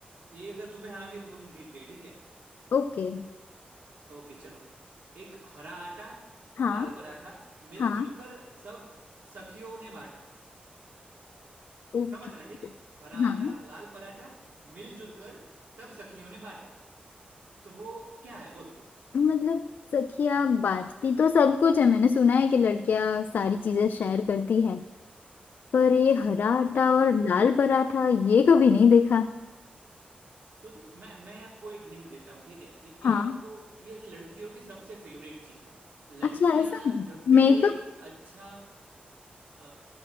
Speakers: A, on the right (about 65°); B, on the left (about 80°).
A: ये अगर तुम्हें आ गई तो तुम जीत गई ठीक है
B: ओके
A: ओके चलो एक हरा आटा
B: हाँ
A: लाल पराठा मिलजुल
B: हाँ
A: कर सब सखियों ने बांटा
B: ओके
A: समझना ठीक है हरा
B: हाँ
A: आटा लाल पराठा मिलजुल कर सब सखियों ने बांटा तो वो क्या है बोलो
B: मतलब सखियाँ बांटती तो सब कुछ है मैंने सुना है कि लड़कियाँ सारी चीजें शेयर करती है पर ये हरा आटा
A: अच्छा
B: और लाल पराठा ये कभी नहीं देखा
A: सोचो मैं मैं आपको एक हिंट देता हूँ ठीक है
B: हाँ
A: ये आपको ये लड़कियों की सबसे फेवरेट चीज है लड़कियां
B: अच्छा ऐसा है
A: जब भी
B: मेकअप
A: कोई अच्छा अ,